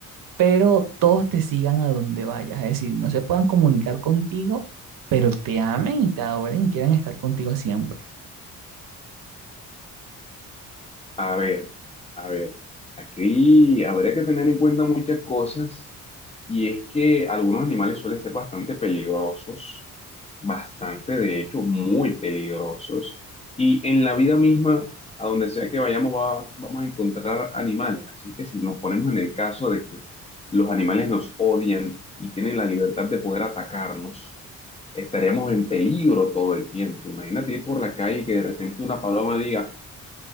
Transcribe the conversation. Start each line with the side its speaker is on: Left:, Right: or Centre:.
Right: pero todos te sigan a donde vayas, es decir, no se puedan comunicar contigo, pero te amen y te adoren y quieran estar contigo siempre.
Left: A ver, a ver, aquí habría que tener en cuenta muchas cosas y es que algunos animales suelen ser bastante peligrosos, bastante, de hecho, muy peligrosos y en la vida misma, a donde sea que vayamos, va- vamos a encontrar animales. Así que si nos ponemos en el caso de que los animales nos odian y tienen la libertad de poder atacarnos, estaríamos en peligro todo el tiempo. Imagínate ir por la calle y que de repente una paloma diga,